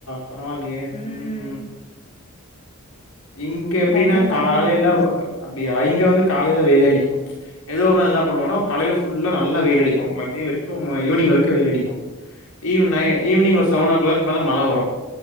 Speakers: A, on the left; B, on the left.
A: பரவால்லியே
B: ம்
A: உம் ஹூம் இங்க எப்டின்னா
B: பயங்கர மழையா
A: காலேல
B: இருக்குது
A: வ அப்டியா இங்க வந்து காலேல வெய்ல் அடிக்கு எதோ ஒரு நாள் என்னாப் பண்ணுவோனா காலைல ஃபுல்லா நல்லா வெய்லடிக்கு மத்திய வெரிக்கு ஈங்னிங் வரிக்கு வெய்லடிக்கு ஈவ் நை
B: அதா அதா
A: ஈவ்னிங்
B: அதா
A: ஒரு செவனோ க்ளாக் மேல மழ வரூ